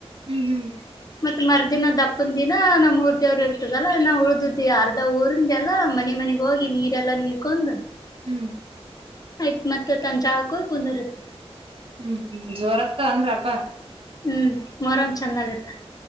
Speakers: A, on the right; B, on the left.
A: ಹ್ಮ್ ಹ್ಮ್
B: ಮತ್ತತ್ ಮರ್ದಿನ ದಪ್ಪನ ದಿನಾ ನಮ್ಮ್ ಮೂರ್ ದೇವ್ರು ಇರ್ತದಲ್ಲಾ ನಾವು ಉಳ್ದ್ದ ಆರ್ ಊರಿಂದೆಲ್ಲಾ ಮನೆ ಮನೆಗ್ ಹೋಗಿ ನೀರೆಲ್ಲಾ ನೀರ್ಕೊಂಡ
A: ಹ್ಮ್
B: ಆಯ್ತ್ ಮತ್ತತ್ ತನ್ ಚಾಕ ಕುಂದರುತ್ತ
A: ಹ್ಮ್ ಹ್ಮ್ ಜೋರತ್ತ ಅಂದ್ರಬ್
B: ಹ್ಮ್ ಮರಂ ಚಂದ ಆಗತ್ತ